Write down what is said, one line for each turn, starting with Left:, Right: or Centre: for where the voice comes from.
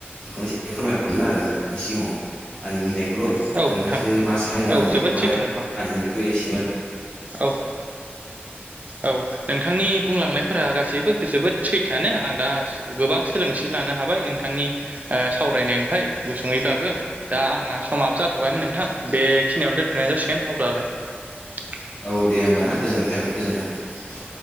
Left: बेखौनो ए फोरमाय <inaudible> नोंथांनि सिगाङाव आंनि मिथिनाय <unintelligible>
Right: औ औ नोंथां
Left: नोंथांसो
Right: औ
Left: मा सानो आं बुंनायखौहाय
Right: जोबोद सैथो नोंथां
Left: आं बुंनायथो एसिमोन
Right: औ । औ नोंथांनि बुंलांनायफोरा गासैबो जोबोद सैथोआनो आं दा गोबां सोलोंथि लानो हाबाय नोंथांनि ओ सावरायनायनिफ्राय गुसुङैब्लाबो ।
Left: औ
Right: दा आंहा समाबो जाथ'बायमोन नोंथां बेखिनियावनो दोन्थ'नाय जासिगोन अब्लालाय ।
Left: औ दे होमबाना गोजोननाय थाबाय गोजोन्थों ।